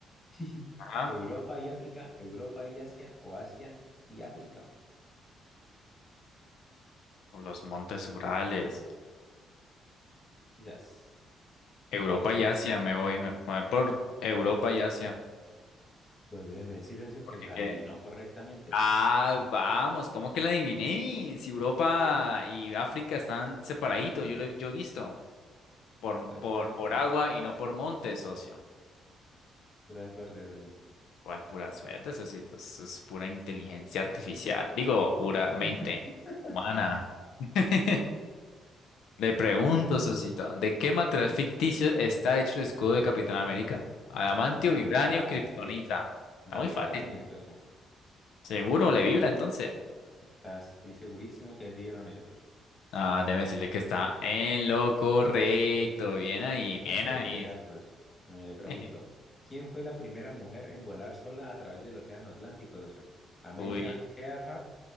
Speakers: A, on the left; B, on the left.
A: <laughs>
B: ajá,
A: Europa y África, Europa y Asia, o Asia y África.
B: por los Montes Urales.
A: Quizás.
B: Europa
A: ¿Cuál es,
B: y
A: socio?
B: Asia, me voy, me me voy por Europa y Asia.
A: Pues déjeme decir, socio, que
B: Porque
A: la
B: qué?
A: adivinó correctamente.
B: Ah, vamos, ¿cómo que la adiviné? Si Europa y África están separaditos, yo lo he- yo he visto por,
A: Pura
B: por,
A: suerte,
B: por agua y no por monte, socio.
A: pura suerte, socio.
B: ¿Cuál pura suerte? Eso sí, eso es pura inteligencia artificial. Digo, pura mente
A: <laughs>
B: humana. <laughs> Le
A: Me
B: pregunto,
A: pregunta, socio.
B: socito, ¿de qué material ficticio está hecho el escudo de Capitán América? ¿Adamantio,
A: Ah, muy
B: vibranio,
A: fácil.
B: kriptonita? Está
A: De
B: muy
A: Vibrania,
B: fácil.
A: socio.
B: Seguro le vibra entonces.
A: Estás- estoy segurísimo que es Vibranium, socio.
B: Ah, déjeme decirle que está en lo correcto. Bien ahí, bien
A: Para que
B: ahí.
A: veas, socio. Bueno, y le pregunto,
B: <laughs>
A: ¿quién fue la primera mujer en volar sola a través del Océano Atlántico, socio? ¿Amelia
B: Uy.
A: Earhart,